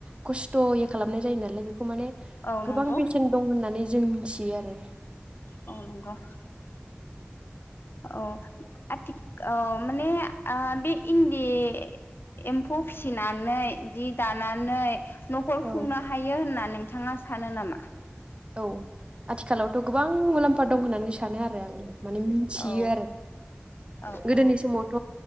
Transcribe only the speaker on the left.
औ
नंगौ
अ नगौ औ आथि ओ माने ओ बि इन्दि एम्फौ फिसिनानै जि दानानै नखर
खुंनो हायो होननानै नोंथाङा सानो नामा
औ
औ
औ